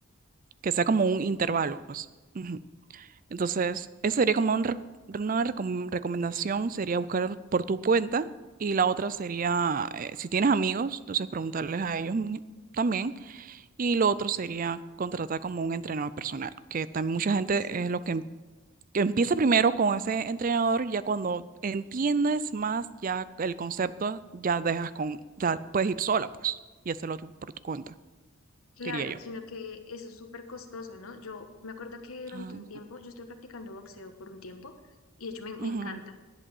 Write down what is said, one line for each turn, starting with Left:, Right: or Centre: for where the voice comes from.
Right: que sea como un
Left: sí.
Right: intervalo, pues. Ujú. Entonces, esa sería como un rec- una recom- recomendación, sería buscar por tu cuenta. Y la otra sería, eh, si tienes amigos, entonces preguntarles a ellos mi- también. Y lo otro sería contratar como un entrenador personal, que también mucha gente
Left: Sí.
Right: es lo que, em- que empieza primero con ese entrenador, ya cuando entiendes más ya el concepto, ya dejas con, ya puedes ir sola, pues, y hacerlo tú por tu cuenta,
Left: Claro,
Right: diría yo.
Left: sino que eso es súper costoso, ¿no? Yo me acuerdo que durante
Right: Ah,
Left: un tiempo, yo estoy practicando boxeo por un tiempo y de hecho me, me
Right: ujú,
Left: encanta,